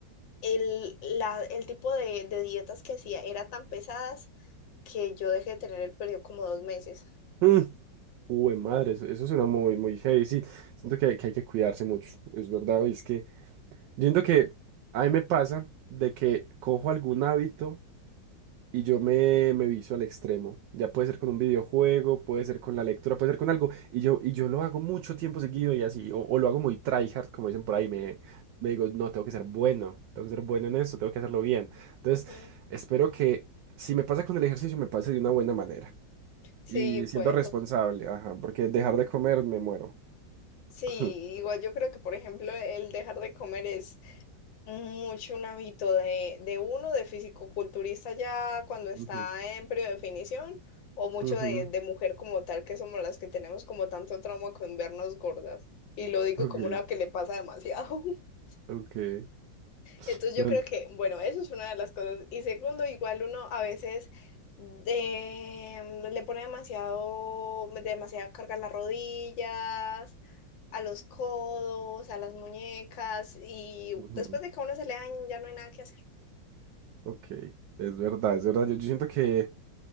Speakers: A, on the left (about 90°); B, on the right (about 80°).
A: el, la- el tipo de, de dietas que hacía era tan pesadas que yo dejé de tener el periodo como dos meses.
B: Mm. Uy, madre, eso, eso suena muy, muy heavy. Sí, siento que, que hay que cuidarse mucho. Es verdad, y es que yo siento que a mí me pasa de que cojo algún hábito. Y yo me, me vicio al extremo. Ya puede ser con un videojuego, puede ser con la lectura, puede ser con algo. Y yo, y yo lo hago mucho tiempo seguido y así. O, o lo hago muy tryhard, como dicen por ahí. Me, me digo, no, tengo que ser bueno. Tengo que ser bueno en eso, tengo que hacerlo bien. Entonces,
A: Ujú.
B: espero que si me pasa con el ejercicio, me pase de una buena manera.
A: Sí,
B: Y siendo
A: pues
B: responsable, ajá, porque dejar de comer me muero.
A: Sí,
B: <laughs>
A: igual yo creo que, por ejemplo, el dejar de comer es mucho un hábito de, de uno, de fisicoculturista ya cuando está
B: Ujú,
A: en definición, o mucho
B: ujú,
A: de, de mujer como tal, que somos las que tenemos como tanto trauma con vernos gordas. Y lo digo
B: ok,
A: como una que le pasa demasiado. <laughs>
B: ok.
A: Entonces
B: No,
A: yo creo
B: n-
A: que, bueno, eso es una de las cosas. Y segundo, igual uno a veces eh, le pone demasiado, demasiada carga a las rodillas, a los codos, a las muñecas, y
B: ujú,
A: después de que a uno se le dañe ya no hay nada que hacer.
B: ok. Es verdad, es verdad. Yo, yo siento que